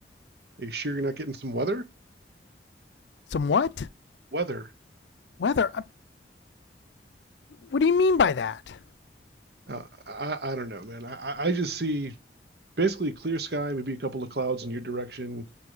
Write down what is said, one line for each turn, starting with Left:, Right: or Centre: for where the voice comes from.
Right: Are you sure you're not getting some weather?
Left: Some what?
Right: Weather?
Left: Weather? What do you mean by that?
Right: Uh, I, I don't know, man. I, I I just see basically clear sky, maybe a couple of clouds in your direction.